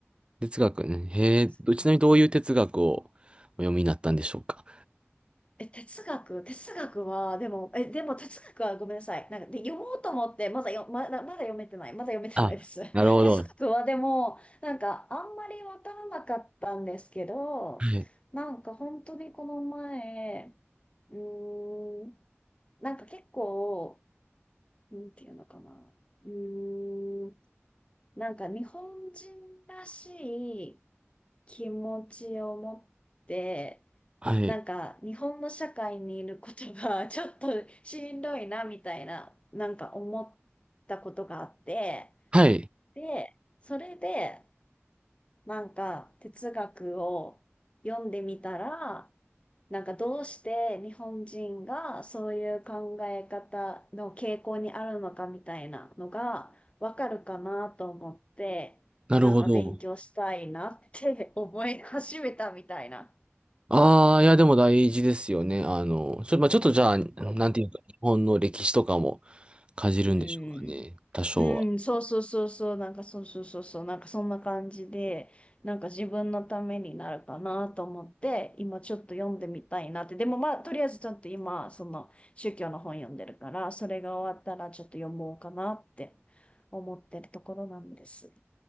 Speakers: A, on the right; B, on the left.
A: 哲学ね。へえ、
B: あ、そっか。
A: どちなみにどういう哲学をお読みになったんでしょうか。
B: え、哲学、哲学は、でも、え、でも哲学はごめんなさい。なんか、で、読もうと思って、まだよ、まだ、まだ読めてない。まだ読めてないです。
A: あ、なるほど。
B: <laughs> 哲学はでも、なんか、あんまりわからなかったんですけど、
A: はい。
B: なんか本当にこの前、うーん、なんか結構、なんていうのかな。うーん、なんか日本人らしい、気持ちを持って、
A: はい。
B: なんか日本の社会にいることが <laughs> ちょっとしんどいなみたいな、なんか思ったことがあって、
A: はい。
B: で、それで、なんか哲学を読んでみたら、なんかどうして日本人がそういう考え方の傾向にあるのかみたいなのがわかるかなと思って、
A: なるほど。
B: なんか勉強したいなって <laughs> 思い始めたみたいな。
A: ああ、いや、でも大事ですよね。あの、ちょ、まあ、ちょっとじゃあ、なんていうか、日本の歴史とかもかじるんでしょうかね。
B: うん。
A: 多少は。
B: うん、そうそうそうそう、なんかそうそうそうそう、なんかそんな感じで、なんか自分のためになるかなと思って、今ちょっと読んでみたいなって。でもまあ、とりあえずちょっと今、その宗教の本読んでるから、それが終わったらちょっと読もうかなって思ってるところなんです。